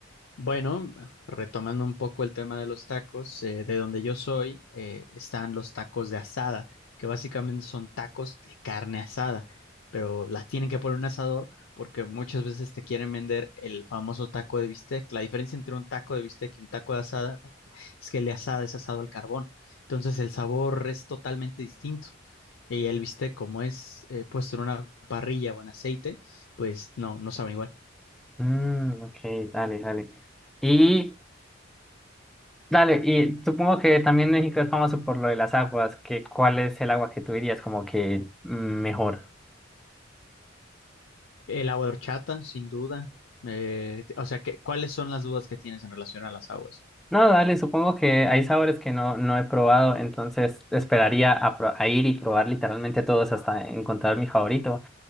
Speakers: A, on the left (about 80°); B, in the centre.
A: Bueno, retomando un poco el tema de los tacos, eh, de donde yo soy, eh, están los tacos de asada, que básicamente son tacos de carne asada, pero las tienen que poner en un asador porque muchas veces te quieren vender el famoso taco de bistec. La diferencia entre un taco de bistec y un taco de asada es que el de asada es asado al carbón, entonces el sabor es totalmente distinto. Y el bistec, como es eh, puesto en una parrilla o en aceite, pues no, no saben igual.
B: Mm, ok, dale, dale. Y dale, y supongo que también México es famoso por lo de las aguas, que ¿cuál es el agua que tú dirías como que mm, mejor?
A: El agua de horchata, sin duda. Eh, o sea, ¿qué- ¿cuáles son las dudas que tienes en relación a las aguas?
B: No, dale, supongo que hay sabores que no, no he probado, entonces esperaría a, pro- a ir y probar literalmente todos hasta encontrar mi favorito.